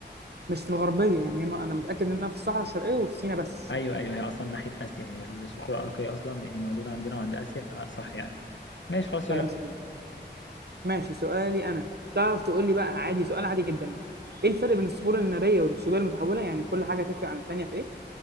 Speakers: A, on the right (about 60°); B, on the left (about 85°).
A: مش في الغربيه يعني هي ما- انا متاكد انها في الصحراء الشرقيه وفي سينا بس
B: ايوه ايوه هي اصلا ناحيه اسيا هي الصخور الاركيه اصلا يعني موجوده عندنا وعند اسيا فصح يعني ماشي خلاص سؤال
A: كلام سليم ماشي سؤالي انا تعرف تقول لي بقى عادي سؤال عادي جدا يعني ايه الفرق بين الصخور الناريه والرسوبيه المتحوله يعني كل حاجه تفرق عن التانيه في ايه